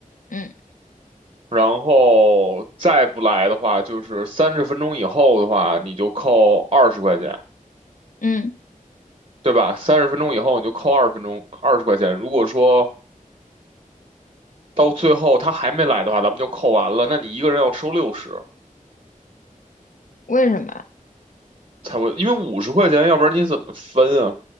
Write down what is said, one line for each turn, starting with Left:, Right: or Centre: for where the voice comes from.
Left: 嗯
Right: 然后再不来的话，就是三十分钟以后的话，你就扣二十块钱，
Left: 嗯，
Right: 对吧？三十分钟以后你就扣二十分钟二十块钱。如果说到最后他还没来的话，咱们就扣完了，那你一个人要收六十。
Left: 为什么？
Right: 才会，因为五十块钱，要不然你怎么分啊？